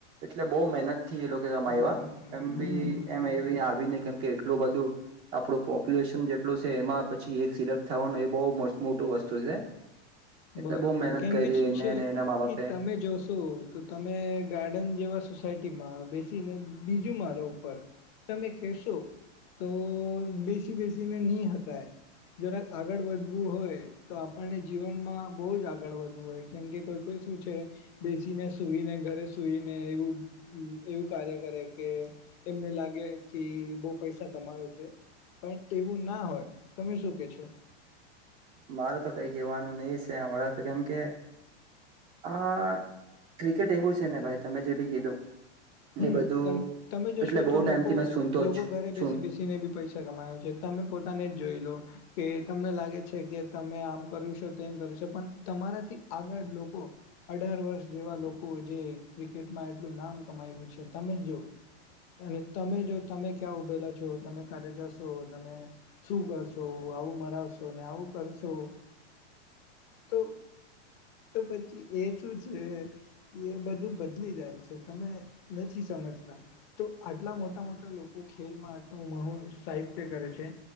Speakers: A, on the right (about 20°); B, on the left (about 30°).
A: એટલે બઉુ મહેનત થી એ લોકો ગમા
B: હમ
A: એવા એમ બી
B: હમ
A: એમ એવી આવી ને કેમ કે એટલું બધું. આપડું પોપ્યુલેશન જેટલું છે એમાં. પછી એક સિલેક્ટ થવાનો એ બહુ મોટું વસ્તુ છે.
B: બરોબર
A: એટલે બહુ મહેનત
B: કેમ
A: કરી
B: કે શું
A: એને
B: છે
A: એના મા બાપે
B: કે તમે જોશો તો તમે ગાર્ડન જેવા સોસાયટીમાં બે બીજું માલો ઉપર તમે કેશો તો બેસી બેસીને નહીકાય જરા આગળ વધવું હોય તો આપણને જીવન માં બહુ જ આગળ વધવું હોય કેમ કે કોઈ કોઈ શું છે બેસીને સુઈને ઘરે સુઈને એવું એવું કાર્ય કરે કે એમને લાગે કે બહુ પૈસા કમાવે છે પણ એવું ના હોય તમે શું કે છો.
A: માર તો કઈ કહેવાનું નહી છે હમણાં તો કેમ કે આ ક્રિકેટ એવું છે ને ભાઈ તમે જે બી કીધું.
B: હમ
A: એ બધું
B: તમે જશો
A: એટલે બહુ
B: તો
A: ટાઈમથી
B: લોકો
A: મેં સુનતો
B: લોકો
A: જ
B: ઘરે
A: છું
B: બેસી બેસીને બી પૈસા કમાવે છે તમે પોતાને જ જોઈ લો કે તમને લાગે છે કે તમે આમ કરીશો તોમ કરીશો પણ તમારાથી આગળ લોકો અઢાર વર્ષ જેવા લોકો જે ક્રિકેટમાં એટલું નામ તમે જો અને તમે જો તમે ક્યાં ઉભેલા છો તમે ક્યારે જશો તમે શું કરશો આવું મરાવશો ને આવું કરશો તો તો પછી એ શું છે એ બધું બદલી જાય છે તમે નથી સમજતા તો આટલા મોટા મોટા લોકો ખેલમાં આટલું મહુ સાહિત્ય કરે છે